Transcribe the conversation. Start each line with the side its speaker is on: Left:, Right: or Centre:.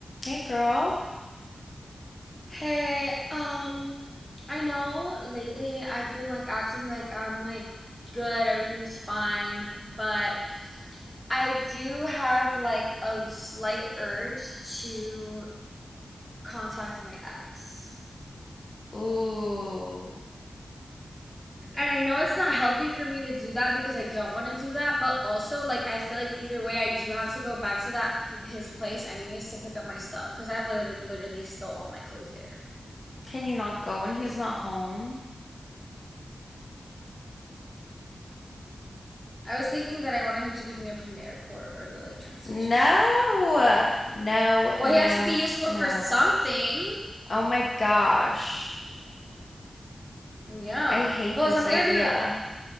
Left: Hey girl.
Centre: Hey, um, I know lately I've been like acting like I'm like good, everything's fine, but I do have like a slight urge to contact my ex.
Left: Ooh.
Centre: And I know it's not healthy for me to do that because I don't want to do that, but also like I feel like either way I do have to go back to that pl- his place anyways to pick up my stuff because I have liter- literally still all my clothes there.
Left: Can you not go when he's not home?
Centre: I was thinking that I wanted him to pick me up from the airport or the like train station.
Left: No. No,
Centre: Well,
Left: no,
Centre: he has to be useful
Left: no.
Centre: for something.
Left: Oh my gosh.
Centre: Yeah.
Left: I hate
Centre: Plus,
Left: this
Centre: I'm
Left: idea.
Centre: gonna be